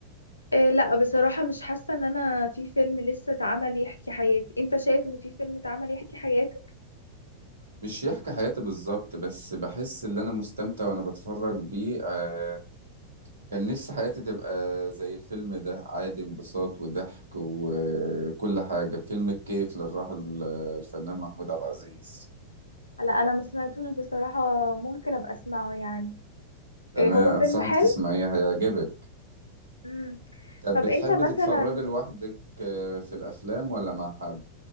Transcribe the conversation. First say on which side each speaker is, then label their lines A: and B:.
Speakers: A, on the left; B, on the right.
A: إيه لا بصراحة مش حاسة ان انا في فيلم لسه اتعمل يحكي حياتي انت شايف ان في فيلم اتعمل يحكي حياتي
B: مش يحكي حياتي بالظبط بس بحس ان انا مستمتع وانا بتفرج بيه آه كان نفسي حياتي تبقى زي الفيلم ده عادي انبساط وضحك وكل حاجة فيلم الكيف للراحل الفنان محمود عبد العزيز
A: لا انا ما سمعتوش بصراحة ممكن ابقى اسمعه يعني
B: تمام
A: إيه هو
B: انصحك
A: فيلم حلو
B: تسمعيه هيعجبك
A: امم
B: طب
A: طب
B: بتحبي
A: انت مثلا
B: تتفرجي لوحدك آه، في الافلام ولا مع حد